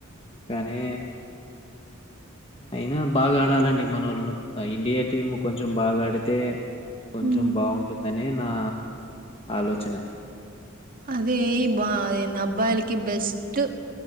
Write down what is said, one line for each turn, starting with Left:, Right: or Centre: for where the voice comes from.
Left: కానీ అయినా బాగా ఆడాలండి మనోళ్లు ఇండియా టీమ్ కొంచెం బాగా ఆడితే కొంచెం
Right: హ్మ్.
Left: బాగుంటుందని నా ఆలోచన
Right: అదే బా అబ్బాయిలకి బెస్ట్